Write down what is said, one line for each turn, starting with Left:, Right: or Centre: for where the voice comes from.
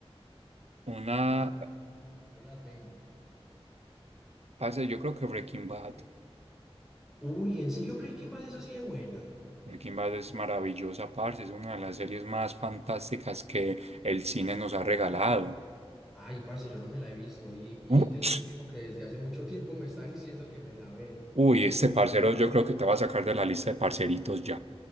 Right: Una,
Centre: Yo la, te- yo la tengo.
Right: parce, yo creo que Breaking Bad.
Centre: Uy, ¿en serio Breaking Bad es así de buena?
Right: Breaking Bad es maravillosa, parce. Es una de las series más fantásticas que el cine nos ha regalado.
Centre: Ay, parce, yo no me la he visto y, y
Right: Ups.
Centre: tengo un primo que desde hace mucho tiempo me está diciendo que me la vea.
Right: Uy, este parcero yo creo que te va a sacar de la lista de parceritos ya.